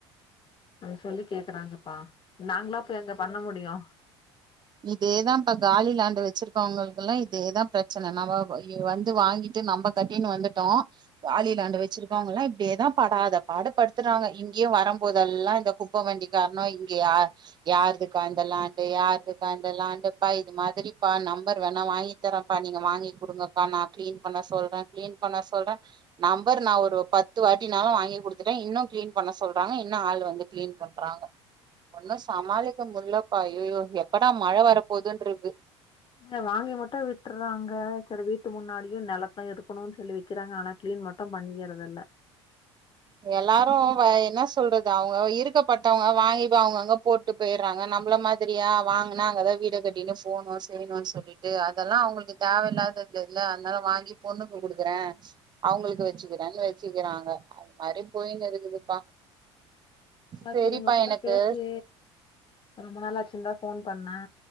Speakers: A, on the left; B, on the right.
A: அ சொல்லி கேக்குறாங்கப்பா நாங்களா போய்அங்க பண்ண முடியும்
B: இதேதாம்பா காலி லேண்ட் வெச்சிருக்கவங்களுக்கு எல்லாம் இதேதா பிரச்சன நம்போ இத வந்து வாங்கிட்டு நம்ம கட்டின்னு வந்துட்டோ காலி லேண்ட் வெச்சிருக்க இருக்கவங்கல்லா இப்டியேதா படாத படுத்துறாங்க இங்கயு வரும்போதெல்லா இந்த குப்ப வண்டி கார்னு இங்க யார் யாருதுக்கா இந்த லேண்டு யாருது பா இந்த லேண்ட்டுபா இது மாதிரிப்பா நம்பர் வேணா வாங்கி தரேப்பா நீங்க வாங்கி குடுங்க வா மா கிளீன் பண்ண சொல்ற கிளீன் பண்ண சொல்ற நம்பரு நா ஒரு பத்து வாட்டினாளும் வாங்கி குடுத்துட்டேன் இன்னும் கிளீன் பண்ண சொல்றாங்க இன்னு ஆள் வந்து கிளீன் பண்றாங்க ஒன்னும் சமாளிக்க முல்ல ஐய்யோ எப்படா மழ வரப்போதுன்றுக்கு
A: இங்க வாங்கி மட்டு விட்டுறாங்க சரி வீட்டு முன்னாடியும் நெலத்தயும் இருக்கு போணும்னு சொல்லி வைக்கிறாங்க ஆனா கிளீன் மட்டும் பண்ணிக்கறதல்ல
B: எல்லாரும் வை என்ன ஸ் சொல்றது அவங்க இருக்கப்பட்டவங்க வாங்கி அவங்கங்க போட்டு போய்டுறாங்க நம்மள மாதிரியா வாங்கினா அங்கதான் வீட கட் இங்க ஃபோனு செய்ணு சொல்லிட்டு அதெல்லாம் அவங்களுக்கு தேவயில்லாத தெர்ல அன்னால வாங்கி பொண்ணுக்கு குடுக்குறேன் அவங்களுக்கு வச்சுக்கிறே வச்சுக்கிறாங்க மாிம் போயங்கதுக்குதுப்பா சரிப்பா
A: சரி உங்க கூட
B: எனக்கு
A: பேசி ரொம்ப நாள் ஆச்சிருந்தா ஃபோன் பண்ண